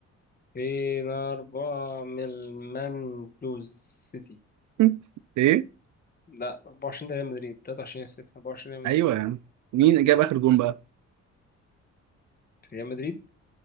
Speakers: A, on the left; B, on the right.
A: فين أربعة من المان بلوز سيتي
B: <laughs> ايه
A: لا 24 ده ريال مدريد 23 سيتي 24 ريال مدريد
B: ايوه
A: أه.
B: يا عم مين جاب اخر جون بقى
A: ريال مدريد